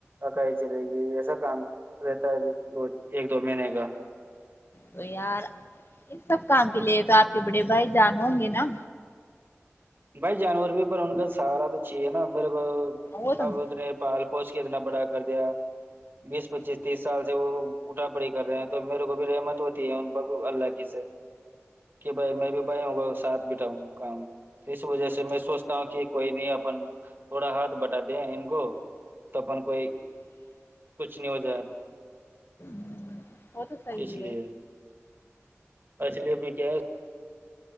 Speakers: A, on the right; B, on the left.
A: اکائی چلے گی ایسا کام رہتا ہے ابھی دو ایک دو مہینے کا
B: تو یار ان سب کام کے لیے تو آپ کے بڑے بھائی جان ہوں گے نا
A: بھائی جانور بھی پر ان کا سہارا تو چاہیے نا میرے کو
B: وہ تو
A: اب اتنے پال پوس کے اتنا بڑا کر دیا بیس پچیس تیس سال سے وہ اٹھا پڑی کر رہے ہیں تو میرے کو بھی رحمت ہوتی ہے ان ب اللہ کی کہ بھائی میں بھی بڑے ہوں ساتھ بیٹا ہوں کام اس وجہ سے میں سوچتا ہوں کہ کوئی نہیں اپن تھوڑا ہاتھ بٹا دیں ان کو تو اپن کوئی کچھ نہیں ہو جائے
B: ہ وہ تو صحیح
A: اس لیے
B: ہے
A: اس لیےبھی کیا